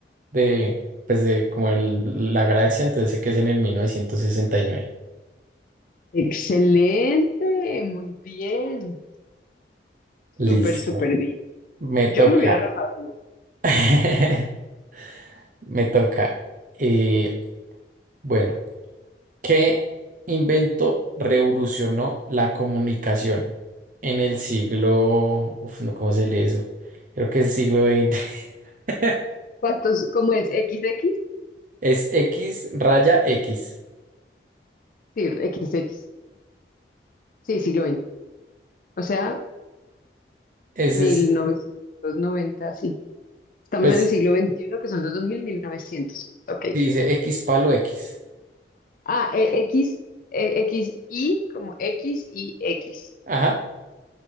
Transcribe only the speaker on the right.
de pues de como el, la galaxia, entonces sé que es en el mil novecientos sesenta y nueve.
Listo.
Me
toca.
<laughs> Me toca. Eh, Bueno, ¿qué invento revolucionó la comunicación en el siglo... Uf, no, ¿cómo se lee eso? Creo que es el siglo veinte. <laughs>
Es X raya X.
Ese
es,
pues,
si dice X palo X.
Ajá,